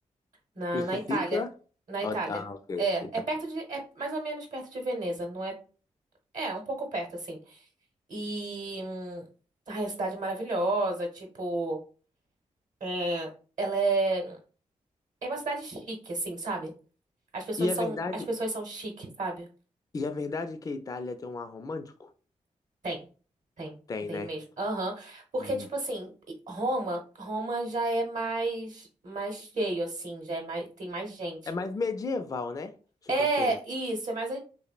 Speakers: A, on the right; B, on the left.
A: na
B: Isso
A: na Itália,
B: fica?
A: na
B: Ó,
A: Itália.
B: Ah, ok.
A: É,
B: Ita-
A: é perto de é mais ou menos perto de Veneza, não é? É, um pouco perto assim. E hum, ai, a cidade é maravilhosa, tipo, é, ela é É uma cidade chique, assim, sabe? As pessoas
B: E é
A: são,
B: verdade,
A: as pessoas são chique, sabe?
B: e é verdade que a Itália tem um ar romântico?
A: Tem, tem,
B: Tem,
A: tem
B: né?
A: mesmo. Aham. Porque,
B: Hum.
A: tipo assim, e- Roma, Roma já é mais, mais cheio, assim, já é mais, tem mais gente.
B: É mais medieval, né? Tipo
A: É,
B: assim.
A: isso, é mais, é,